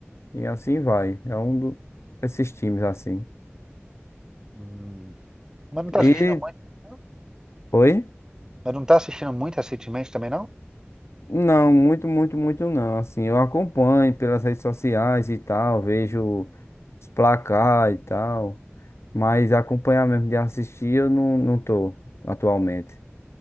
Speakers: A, on the left (about 75°); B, on the right (about 15°).
A: e assim vai, é um do- desses times, assim.
B: Hum, mas não tá
A: E,
B: assistindo muito, não?
A: oi?
B: Mas não tá assistindo muito recentemente também, não?
A: Não, muito, muito, muito não. Assim, eu acompanho pelas redes sociais e tal, vejo os placar e tal, mas acompanhar mesmo de assistir eu não, não tô atualmente.